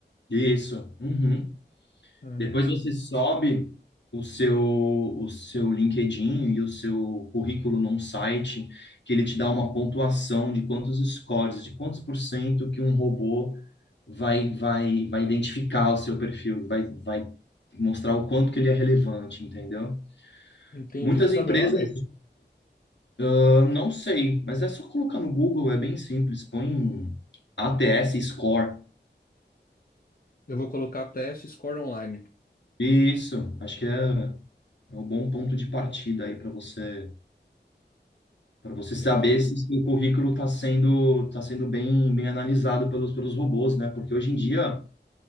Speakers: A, on the left; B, on the left.
A: Isso. uhum.
B: Ah,
A: Depois você sobe o seu, o seu LinkedIn e o seu currículo num site que ele te dá uma pontuação de quantos scores, de quantos por cento que um robô vai, vai, vai identificar o seu perfil, vai, vai mostrar o quanto que ele é relevante, entendeu?
B: entendi.
A: Muitas
B: Você sabe
A: empresas
B: o nome?
A: Eu não sei, mas é só colocar no Google, é bem simples. Põe ATS Score.
B: Eu vou colocar TS Score Online.
A: Isso, acho que é, é um bom ponto de partida aí para você, para você saber
B: Legal.
A: se seu currículo está sendo, tá sendo bem, bem analisado pelos, pelos robôs, né? Porque hoje em dia